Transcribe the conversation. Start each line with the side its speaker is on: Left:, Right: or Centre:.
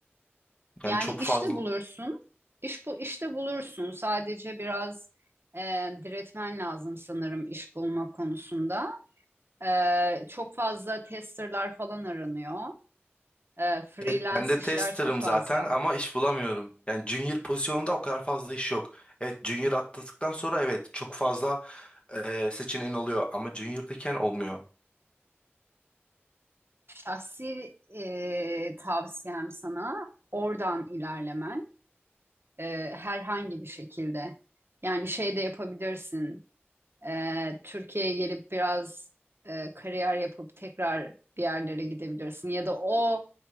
Left: Yani
Right: Yani
Left: çok
Right: işte
Left: fazla...
Right: bulursun. İş bu işte bulursun. Sadece biraz e, diretmen lazım sanırım iş bulma konusunda. Ee, çok fazla testerlar falan aranıyor. Ee, freelance
Left: Evet, ben de
Right: işler
Left: testerım
Right: çok fazla.
Left: zaten ama iş bulamıyorum. Yani junior pozisyonunda o kadar fazla iş yok. Evet junior atladıktan sonra evet çok fazla e, seçeneğin oluyor ama junior'dayken olmuyor.
Right: Şahsi e, tavsiyem sana oradan ilerlemen e, herhangi bir şekilde. Yani şey de yapabilirsin. Ee, Türkiye'ye gelip biraz e, kariyer yapıp tekrar bir yerlere gidebilirsin. Ya da o